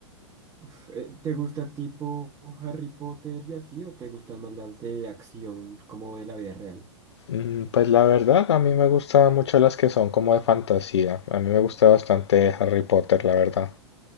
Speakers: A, on the right (about 20°); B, on the left (about 65°).
A: Uf, eh, ¿Te gusta tipo Harry Potter y así o te gustan más las de acción como de la vida real?
B: mm, Pues la verdad, a mí me gustan mucho las que son como de fantasía. A mí me gusta bastante Harry Potter, la verdad.